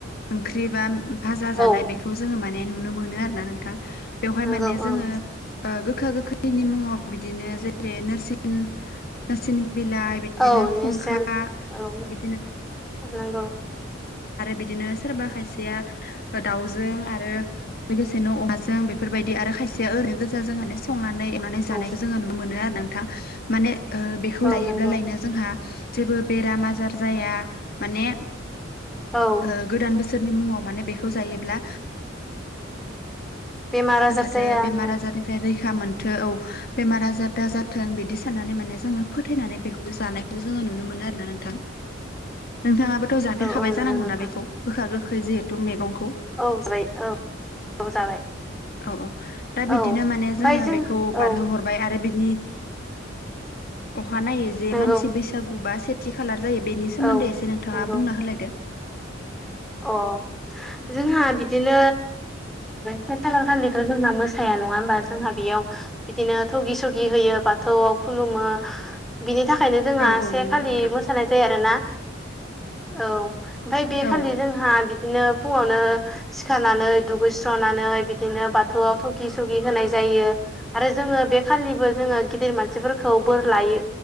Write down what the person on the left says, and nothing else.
ओंख्रि बा भाजा जानाय
बेखौ जोङो माने नुनो मोनो आरो ना नोंथां। बेवहाय
माने जोङो
गोखा गोखैनि मुङाव बिदिनो जेरै नसि नोरसिन बिलाइ बि बि
फा
मि
बि बिदिनो सोरबा खायसेया दाउजों आरो लोगोसेनो' अमाजों बेफोरबायदि आरो खायसेया ओै गोजा जों। संनानै एवनानै जानायखौ
जोङो नुनो मोनो आरो नोंथांा माने बेखौ
लायोब्ला
लायनो। जोंहा जेबो बेराम आजार जाया माने
ओ गोदान बोसोरनि मुङाव माने बेखौ जायोब्ला
थाथों
बेमार आजारनिफ्राय रैखा मोनथो औ बेमार आजार दा ज थों बिदि साननानै माने जोङो फोथायनानै बेखौ जानायखौ जोङो नुनो मोनो आरोना नोंथां। नोंथाङाबोथ' जाफेरखाबाय
जानांगौनाा
बेखौ गोखा गोखै जिहेथु मैगंखौ।
औ औ दा बिदिनो
माने जोङो
बेखौ बारहोहर
बि अ नाय
मानसि बसाग थि खालार जायो बेनि सोमोन्दै
एसे नोंथाङा
बुंना होलायदो
औ
औ नंगौ
नोंथां
औ